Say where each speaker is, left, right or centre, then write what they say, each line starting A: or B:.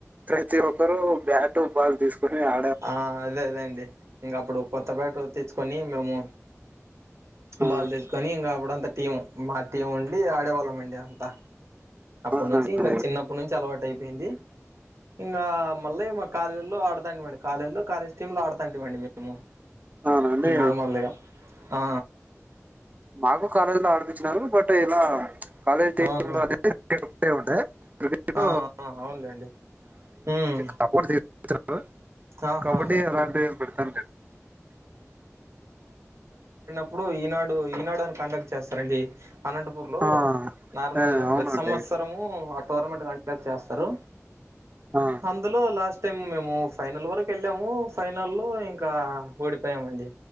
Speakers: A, on the right (about 30°); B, on the right (about 60°).
A: ప్రతి ఒక్కరు బ్యాట్ బాల్ తీసుకుని ఆ
B: ఆ అదే అదే అండి ఇంకా అప్పుడు కొత్త బ్యాట్ తీచ్చుకొని మేము
A: ఆ
B: బాల్ తెసుకొని ఇంకా అప్పుడు అంత టీం మా టీం ఉండి ఆడేవాళ్ళం అండి అంతా అప్పటి
A: అవునండి
B: నుంచి ఇంకా చిన్నప్పటి నుంచి అలవాటు అయిపోయింది ఇంకా మళ్ళీ మా కాలేజీలో ఆడతాంవండి కాలేజీ లో కాలేజ్ టీం లో ఆడుతాంటమండి మేము
A: అవునండి
B: నార్మల్ ఇగ ఆ
A: మాకు కాలేజ్ లో ఆడిపచ్చినరూ బట్ ఇలా కాలేజ్ టీమ్
B: అవును
A: లో అనే ఉంట క్రికెడ
B: ఆ ఆ అవునులేండి ఉమ్
A: సపోర్ట్ <unintelligible>
B: ఆహా
A: కబడ్డీ అలాంటి పెడుతంటలే <inaudible>
B: ఇప్పుడు ఈనాడు ఈనాడుని కండక్ట్ చేస్తారండి అనంతపూర్ లో
A: ఆ
B: నార్మల్
A: ఆ
B: గా
A: అవునండి
B: ప్రతి సంవత్సరము టోర్నమెంట్ కండక్ట్ చేస్తారు
A: ఆ
B: అందులో లాస్ట్ మే మేము ఫైనల్ వరకు వెళ్ళాము ఫైనల్ లో ఇంకా ఓడిపోయామండి